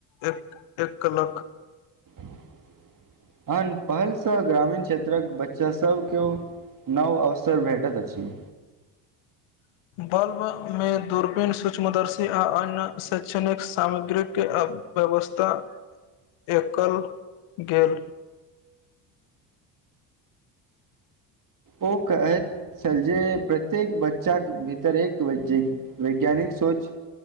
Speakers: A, on the left; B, on the right.
A: एक एक केलक
B: एहन पहलसँ ग्रामीण क्षेत्रक बच्चा सब केओ नव अवसर भेटत अछि
A: बल्ब में दूरबीन सूक्ष्मदर्शी आ अन्य शैक्षणिक सामग्रीक के आब व्यवस्था एकल गेल
B: ओ कहेत जे प्रत्येक बच्चाकेँ भीतर एक वैज्ञानिक सोच